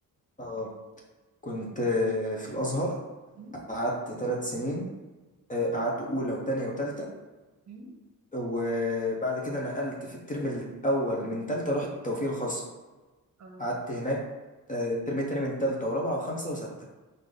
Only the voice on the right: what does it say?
امم
امم
آه.